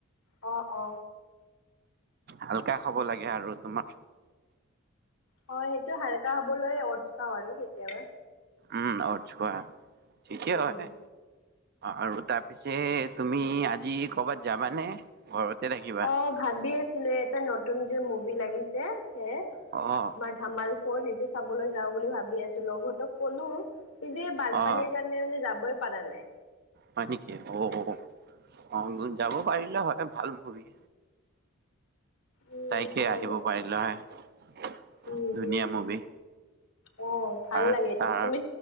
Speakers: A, on the left; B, on the right.
A: অ অ
B: হালকা খাব লাগে আৰু তোমাৰ
A: হয় সেইটো হালকা হবলৈ অটচ খাওঁ আৰু কেতিয়াবা
B: ওম অটচ খোৱা ঠিকেই
A: উম।
B: হয় আৰু তাৰপিছে তুমি আজি কৰ'বাত যাবানে ঘৰতে থাকিবা
A: অ' ভাবি আছিলো এই এটা নতুন যে মুভি লাগিছে সে
B: অ
A: ধামাল ফৰ সেইটো চাবলৈ যাওঁ বুলি ভাবি আছো লগ হতক ক'লো কিন্তু এই বানপানীৰ
B: অ'
A: কাৰণে মানে যাবই পাৰা নাই
B: হয় নেকি অ' অ যাব পাৰিলা হয় ভাল মুভি
A: উম
B: চাইকে
A: হয়
B: আহিব পাৰিলা হয়
A: উম
B: ধুনীয়া
A: উম।
B: মুভি
A: অ ভাল
B: আৰু
A: লাগে এইটো
B: তাৰ
A: তুমি